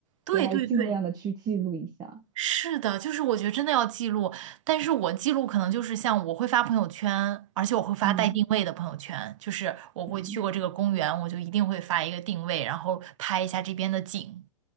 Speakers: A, on the right; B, on the right.
A: 对对对。
B: 所以还是尽量的去记录一下。
A: 是的，就是我觉得真的要记录，但是我记录可能就是像我会发朋友圈，而且我会发带定位的朋友圈，
B: 嗯
A: 就是我会去过这个公园，
B: 嗯。
A: 我就一定会发一个定位，然后拍一下这边的景。